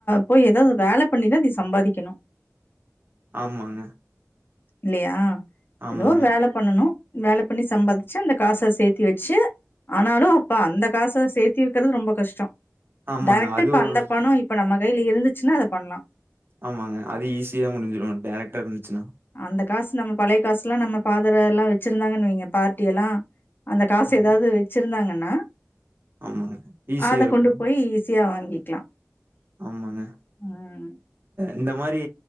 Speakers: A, on the left; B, on the right.
A: போய் ஏதே ஒரு வேல பண்ணிதா நீ சம்பாதிக்கணு
B: ஆமாங்க
A: இல்லையா
B: ஆமாங்க
A: ஏதோ ஒரு வேல பண்ணணு வேலை பண்ணி சம்பாதிச்சு அந்த காச சேத்தி வச்சு ஆனாலு அப்ப அந்த காச சேத்தி வெக்கிறது ரொம்ப கஷ்டோ
B: ஆமாங்க
A: டெரெக்ட்டா
B: அது
A: இப்ப
B: ஒரு
A: அந்த பணோ இப் இப்ப நம்ம கையில இருந்துச்சுன்னா அத பண்ணலா
B: ஆமாங்க அது ஈஸியா முடிஞ்சிடு டேரக்டா இருந்துச்சுன்னா
A: அந்த காசு நம்ம பழைய காசு எல்லா நம்ம பாத்ர எல்லா வெச்சிருந்தாங்கன்னு வைங்க பார்ட்டி எல்லா அந்த காசு
B: ஆமா
A: ஏதாவது வச்சிருந்தாங்கன்னா
B: ஆமாங்க ஈஸியா
A: அத
B: இருக்கு
A: கொண்டு போய் ஈஸியா வாங்கிக்கலா
B: ஆமாங்க
A: ம்
B: இந்த மாதிரி